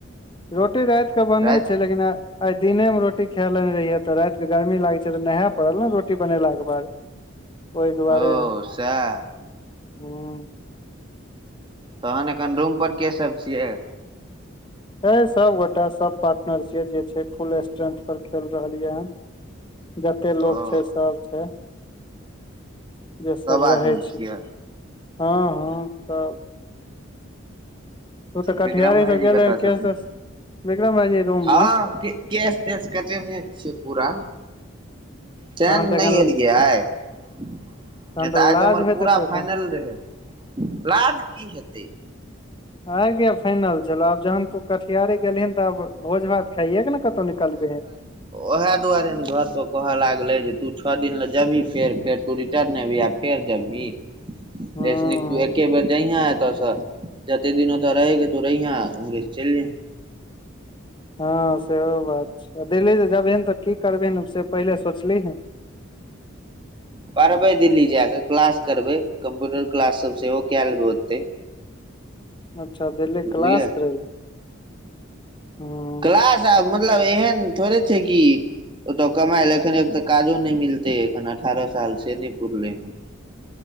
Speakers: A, on the left; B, on the right.
A: रोटी राति कऽ बनै
B: राति
A: छै लेकिन आय आय दिने मे रोटी खे लेने रहियै तऽ राति के गर्मी लागे छै तऽ नहै परल ने रोटी बनेला के बाद ओहि दुआरे
B: ओ सएह
A: हुँ
B: तहन एखन रूम पर के सब छियै।
A: छै सबगोटा सब पार्टनर छियै जे छै फुल स्ट्रेंथ पर खेल रहलियै जते लोक
B: ओ
A: छै सब छै। जे सब
B: आदमी
A: रहै छी
B: छियै
A: हँ हँ सब तू तऽ कटिहारे
B: विक्रम भाइजी
A: से गेल
B: कतऽ
A: रहे
B: छथिन
A: केश तेश विक्रम भाईजी रूम
B: हँ
A: मे
B: की केश तेश कटेनहे छियै पूरा तैं
A: तहन
B: न
A: तऽ एखन
B: नय एलियै आइ। किये
A: तहन
B: तऽ आइ
A: लाज
B: तऽ हमर
A: होइत
B: पूरा
A: हेतौ एखन
B: फाइनल रहै लाज की हेतै।
A: आइ गे फाइनल छेलौ आब जहन तू कटिहारी गेलहिन तऽ आब भोज भात खाइए के न कतौ निकलबिहिन।
B: ओहे दुआरे ने घर पर कहऽ लागलै जे तू छौ दिन ले जेबही फेर फेर तू रिटर्न एबही आ फेर जेबही
A: <inaudible>
B: तु
A: हँ
B: अय से निक तु एक एके बेर जहीए एत से जैतै दिन ओतऽ रहैके हेतौ रहि हं उम्हरे चलिजेे
A: हँ सेहो बात छै दिल्ली जे जेबहीन तऽ की करबिन से पहिले सोचली <inaudible> <unintelligible>
B: परबै दिल्ली जा कऽ क्लास करबै कम्प्यूटर क्लास सब सेहो कए लेबै ओते
A: अच्छा दिल्ली
B: बुझलियै
A: क्लास करै हँ
B: क्लास आब मतलब एहन थोड़े छै कि ओतऽ कमायले एखन एक तऽ काजो नहि मिलते एखन अठारह साल से नहि पुरले हन <inaudible> <unintelligible>